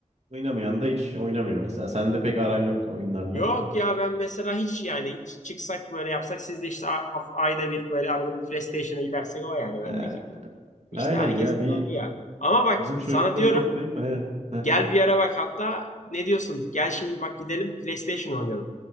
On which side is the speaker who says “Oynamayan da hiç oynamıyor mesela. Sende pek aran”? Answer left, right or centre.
Right